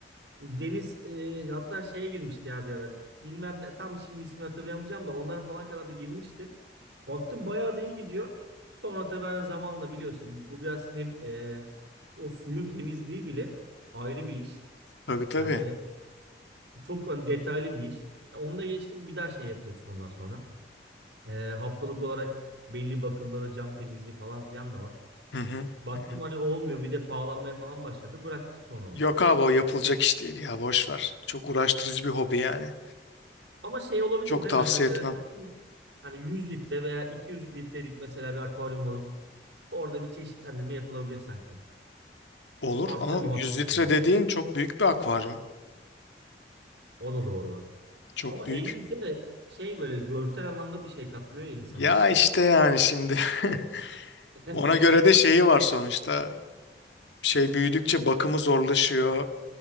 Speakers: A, on the right; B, on the left.
A: Deniz e, hatta şeye girmişti ya bir ara. Bilmem ne tam şimdi ismi hatırlayamayacağım da onlara falan kadar da girmişti. Baktım bayağı da iyi gidiyor. Sonra tabii ben zamanla biliyorsun bu biraz hem e, o suyun temizliği bile ayrı bir iş.
B: Tabii tabii.
A: Yani çok hani detaylı bir iş. E, onu da geçtim bir daha şey yapıyorsun ondan sonra. E, haftalık olarak belli bakımları cam temizliği falan filan da var.
B: Hı hı.
A: Baktım
B: hı hı.
A: hani olmuyor bir de pahalanmaya falan başladı. Bıraktı sonra onu.
B: Yok abi o yapılacak iş değil ya boş ver. Çok uğraştırıcı bir hobi yani.
A: Ama şey olabilir
B: Çok
A: değil
B: tavsiye
A: mi? Mesela
B: etmem.
A: iki- hani 100 litre veya 200 litrelik mesela bir akvaryum alıp orada bir çeşitlendirme yapılabilir sanki.
B: Olur
A: Arttırmamak
B: ama 100
A: koşuluyla.
B: litre dediğin çok büyük bir akvaryum.
A: O da doğru bak.
B: Çok
A: Ama
B: büyük.
A: 50 litre de şey böyle görsel anlamda bir şey katmıyor ya insana.
B: Ya işte yani şimdi <laughs>
A: <laughs>
B: ona göre de şeyi var sonuçta. Şey büyüdükçe bakımı zorlaşıyor,